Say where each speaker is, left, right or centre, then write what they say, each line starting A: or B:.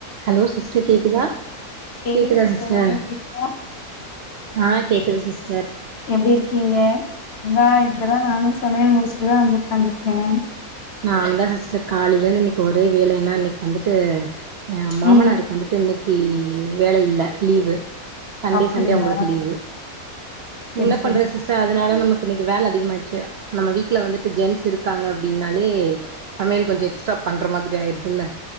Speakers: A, on the right; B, on the left.
A: Hello sister கேக்குதா
B: கேக்குது
A: கேக்குதா சிஸ்டர்
B: உங்களுக்கு கேக்குதா
A: ஆ கேக்குது சிஸ்
B: எப்டி இருக்கீங்க இந்தா இப்பதான் நானு சமையல் முடிச்சுட்டுதா வந்து உக்காந்துருக்கே
A: நாந்தா சிஸ்டர் காலையிலிருந்து இன்னைக்கி ஒரே வேலைங்ளா இன்னைக்கி வந்துட்டு ஏன் மாமனாருக்கு
B: ம்
A: வந்துட்டு இன்னைக் கீ வேல இல்ல லீவு சண்டே
B: அப்படியா
A: சண்டே அங்களுக்கு லீவு
B: செரி
A: என்ன
B: செரி
A: பண்றது சிஸ்டர் அதனால நமக் இன்னைக்கு வேல அதிகமாச்சு நம்ம வீட்டுல வந்துட்டு ஜென்ஸ்சு இருக்காங்க அப்படின்னா லே சமையல் கொஞ்ச எக்ஸ்ட்ரா பண்ற மாதிரி ஆய்ருதுல்ல